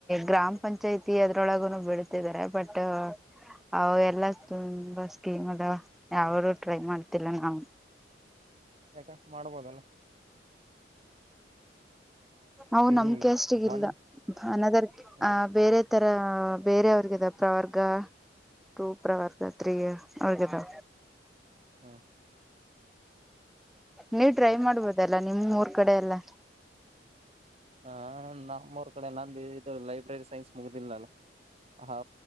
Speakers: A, in the centre; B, on the right.
A: ಗ್ರಾಮ ಪಂಚಾಯತಿ ಅದ್ರೊಳಗುನೂ ಬಿಡ್ತಾಇದರೆ ಬಟ್ ಹಾವೇಲ ತುಂಬ ಸ್ಕೀಮ್ ಅಂದವ ಟ್ರೈ ಮಾಡ್ತಿಲ್ಲ ನಾವ
B: ಯಾಕ ಮಾಡ್ಬೋದಲ್ಲ <unintelligible>
A: ಅವು
B: ಈಗ
A: ನಮ್ಮ ಕ್ಯಾಸ್ಟ್ ಗೆ
B: ಮನ್
A: ಇಲ್ಲ ಅನದರ್
B: ಹ
A: ಬೇರೆ ಧರ್ಮ ಹ್ಮ ಬೇರೆಯವರಿಗೆ ಇದೆ ಪ್ರವರ್ಗ ಟೂ ಪ್ರವರ್ಗ ತ್ರೀ ಹೇಗಿದೆ
B: ಹ
A: ನೀವು ಟ್ರೈ ಮಾಡಬೇಕು ಅದೆಲ್ಲ ನಿಮ್ಮ ಊರ್ ಕಡೆ ಎಲ್ಲ
B: ಹ ನಮ್ಮೂರ್ ಕಡೆ ನಾ ಇದು ಲೈಬ್ರರಿ ಸೈನ್ಸ್ ಮುಗುದಿಲ್ಲಲ್ಲ ಹಾ